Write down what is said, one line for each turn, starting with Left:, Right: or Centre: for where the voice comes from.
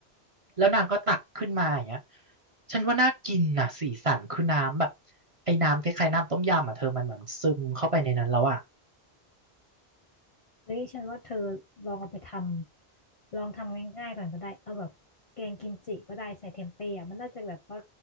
Right: แล้วนางก็ตักขึ้นมาอย่างเงี้ยฉันว่าน่ากินน่ะสีสันคือน้ำแบบไอ้น้ำคล้ายๆน้ำต้มยำอ่ะเธอมันเหมือนซึมเข้าไปในนั้นแล้วอ่ะ
Left: เฮ้ยฉันว่าเธอลองเอาไปทำลองทำง่ายๆก่อนก็ได้เอาแบบแกงกิมจิก็ได้ใส่เทมเป้อะมันน่าจะแบบว่า